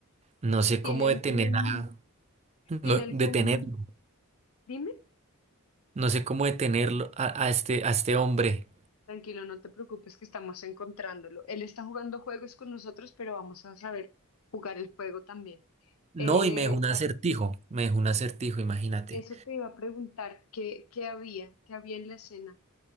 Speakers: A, on the right; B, on the left.
A: No sé
B: y tiene
A: cómo
B: algún,
A: detener a, no-
B: tiene algún,
A: detenerlo.
B: dime,
A: No sé cómo detenerlo a, a este, a este hombre.
B: tranquilo, no te preocupes que estamos encontrándolo. Él está jugando juegos con nosotros, pero vamos a saber jugar el juego también.
A: No,
B: Eh,
A: y me dejó un acertijo. Me dejó un acertijo, imagínate.
B: eso te iba a preguntar, ¿qué, qué había? ¿Qué había en la escena?